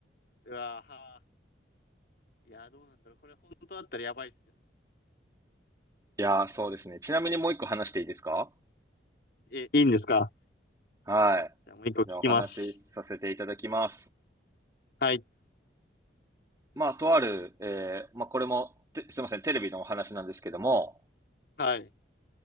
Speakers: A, on the left; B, on the right.
A: うわーはー。いやー、どうなんだろう。これ本当だったらやばいっすよね。
B: いやー、そうですね。ちなみにもう一個話していいですか
A: え、いいんですか
B: はい。
A: じゃあもう一個聞きます。
B: じゃあお話しさせていただきます。
A: はい。
B: まあ、とある、えー、まあ、これも、てすいません、テレビのお話なんですけども、
A: はい。